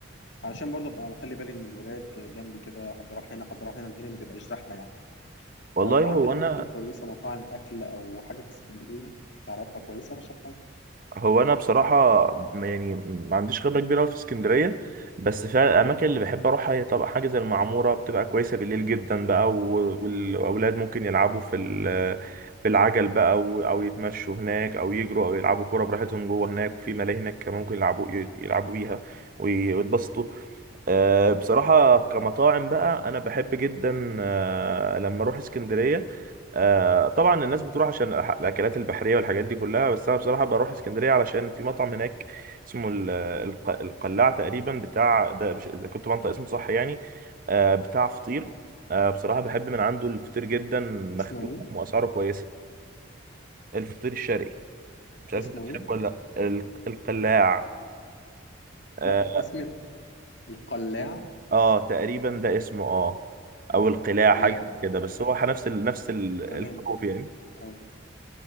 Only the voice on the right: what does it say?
والله
هو انا
هو انا بصراحه م- يعني ما عنديش خبره كبيره أوي في اسكندريه بس فعلا الاماكن اللي بحب اروحها هي طبعا حاجه زي المعموره بتبقى كويسه بالليل جدا بقى و- والاولاد ممكن يلعبوا في ال- بالعجل بقى او أو يتمشوا هناك او يجروا او يلعبوا كوره براحتهم جوه هناك في ملاهي هناك كمان ممكن يلعبوا ي- يلعبوا بيها وي- ويتبسطوا آه، بصراحة كمطاعم بقى أنا بحب جدا آه، لما أروح اسكندرية آه، طبعا الناس بتروح عشان الأح- الأكلات البحرية والحاجات دي كلها بس أنا بصراحة بروح اسكندرية علشان في مطعم هناك اسمه ال- الق- القلاع تقريبا بتاع ده مش إذا كنت بنطق اسمه صح يعني آه، بتاع فطير آه، بصراحة بحب من عنده الفطير جدا مخدوم
وأسعاره كويسة الفطير الشرقي مش عارف
أنت بتحبه
ولا لأ ال- القلاع آه،
اه تقريبا ده اسمه اه او القلاع
حاجه كده بس هو نفس ال... نفس ال-
الحروف
يعني